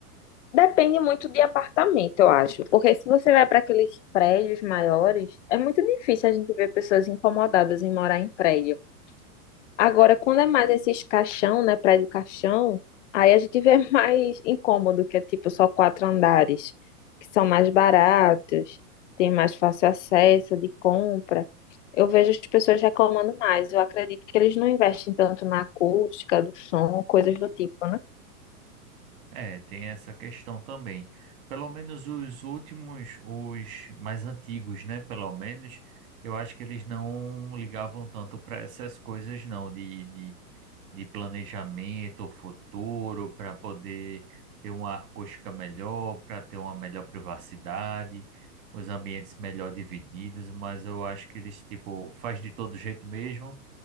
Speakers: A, on the left (about 50°); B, on the right (about 60°).
A: Depende muito de apartamento, eu acho. Porque se você vai para aqueles prédios maiores, é muito difícil a gente ver pessoas incomodadas em morar em prédio. Agora, quando é mais esses caixão, né, prédio caixão, aí a gente vê <laughs> mais incômodo, que é tipo só quatro andares, que são mais baratos, tem mais fácil acesso de compra. Eu vejo as pessoas reclamando mais. Eu acredito que eles não investem tanto na acústica do som, coisas do tipo, né?
B: É, tem essa questão também. Pelo menos os últimos, os mais antigos, né, pelo menos, eu acho que eles não ligavam tanto para essas coisas, não, de, de de planejamento futuro para poder ter uma acústica melhor, para ter uma melhor privacidade, os ambientes melhor divididos, mas eu acho que eles tipo faz de todo jeito mesmo,